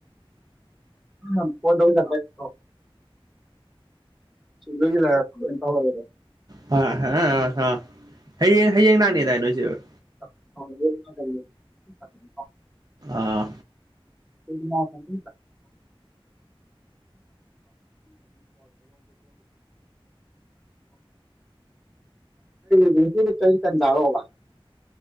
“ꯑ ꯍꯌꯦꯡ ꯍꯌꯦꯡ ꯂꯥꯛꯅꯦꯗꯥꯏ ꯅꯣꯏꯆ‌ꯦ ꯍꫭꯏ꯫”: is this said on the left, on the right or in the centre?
Right